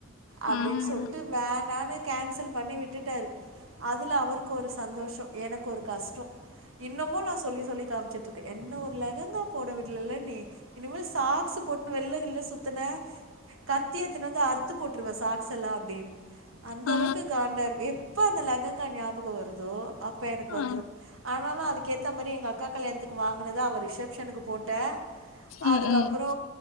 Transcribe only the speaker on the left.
ம்
ஆ
ஆ
ம் ம்